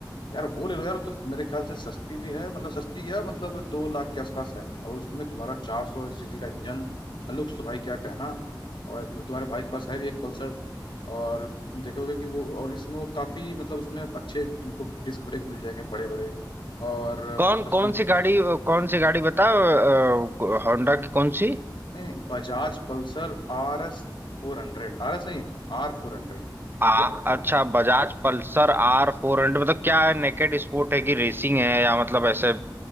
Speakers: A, on the left (about 75°); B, on the right (about 25°).
A: यार वो ले लो यार वो तो मेरे ख्याल से सस्ती भी है मतलब सस्ती क्या मतलब दो लाख के आसपास है और उसमें तुम्हारा चार सौ सीसी का इंजन लुक्स तो भाई क्या कहना और तुम- तुम्हारे भाई के पास है भी एक पल्सर और तुम देखोगे कि वो और इसमें वो काफी मतलब उसमें अच्छे तुमको डिस्क ब्रेक मिल जाएंगे बड़े बड़े और
B: कौन
A: सस्पेंस
B: कौन सी गाड़ी कौन सी गाड़ी बताओ अ, होंडा की कौन सी
A: नहीं नहीं Bajaj Pulsar R S फोर हंड्रेड are S नहीं आर फोर हंड्रेड
B: आ,
A: या
B: अच्छा Bajaj Pulsar R four hundred मतलब क्या है नेकेड स्पोर्ट है कि रेसिंग है या मतलब ऐसे